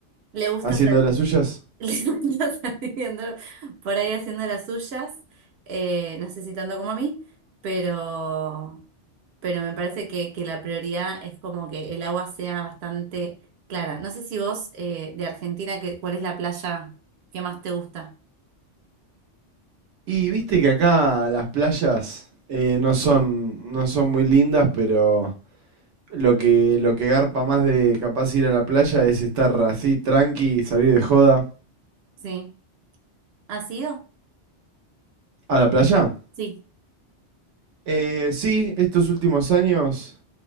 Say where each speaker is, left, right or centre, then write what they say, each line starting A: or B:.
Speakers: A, on the right (about 65°); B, on the right (about 80°).
A: Le gusta,
B: haciendo
A: sa-
B: de las suyas?
A: <laughs> le gusta salir andar por ahí haciendo las suyas, eh, no sé si tanto como a mí, pero, pero me parece que, que la prioridad es como que el agua sea bastante clara. No sé si vos, eh, de Argentina, que, ¿cuál es la playa que más te gusta?
B: Y viste que acá las playas eh, no son, no son muy lindas, pero lo que, lo que garpa más de capaz ir a la playa es estar así tranqui, salir de joda.
A: ¿Sí? ¿Has ido?
B: ¿A la playa?
A: Sí.
B: Eh, sí, estos últimos años